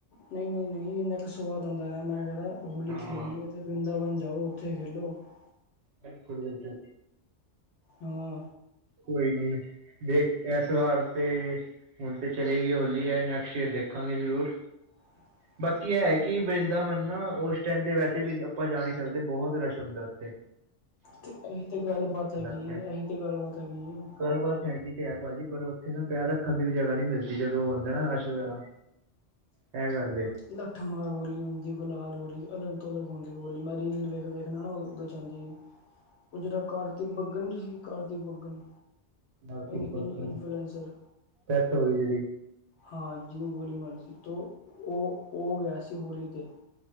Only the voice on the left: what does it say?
ਨਈ, ਨਈ, ਨਈ ਇੰਨਾ ਕ ਸਵਾਦ ਆਂਦਾ ਐ, ਮੈਂ ਕਹਿ ਰਿਹਾ ਹੋਲੀ
ਖੇਲਨੀ ਏ ਤੇ ਵਰਿੰਦਾਵਨ ਜਾਓ, ਓਥੇ ਖੇਲੋ। ਹਾਂ।
ਹਾਂ।
<inaudible>
ਤੇ ਐਹੀ ਤੇ ਗੱਲ-ਬਾਤ ਹੈਗੀ
ਏ, ਐਹੀ ਤੇ ਗੱਲ-ਬਾਤ ਹੈਗੀ ਏ।
ਲੱਠਮਾਰ ਹੋਲੀ ਹੁੰਦੀ, ਗੁਲਾਲ ਹੋਲੀ ਅਲੱ <unintelligible> ਹੋਲੀ ਮੈਂ ਰੀਲ ਵੇਖ ਵੇਖਨਾ ਊ ਓਦੇ ਚ ਆਂਦੀ ਏ <unintelligible> ਤੇ ਬੱਗਨ ਸ ਕਾਰਤੀ ਬੱਗਨ
ਇਨ
ਇਨ ਇਨਫਲੈਂਸਰ।
ਹਾਂ, ਜਿਨੂੰ ਗੋਲੀ ਮਾਰੀ ਸੀ ਤੋ ਓ, ਓ ਗਆ ਸੀ ਹੋਲੀ ਤੇ।